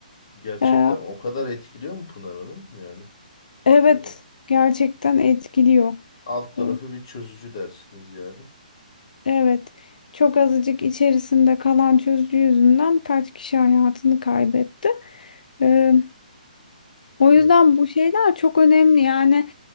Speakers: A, on the left; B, on the left.
A: Gerçekten
B: E,
A: o kadar etkiliyor mu Pınar Hanım? Yani
B: Evet,
A: e,
B: gerçekten etkiliyor.
A: alt tarafı
B: E,
A: bir çözücü dersiniz yani.
B: Evet, çok azıcık içerisinde kalan çözücü yüzünden kaç kişi hayatını kaybetti. E, O
A: Evet.
B: yüzden bu şeyler çok önemli. Yani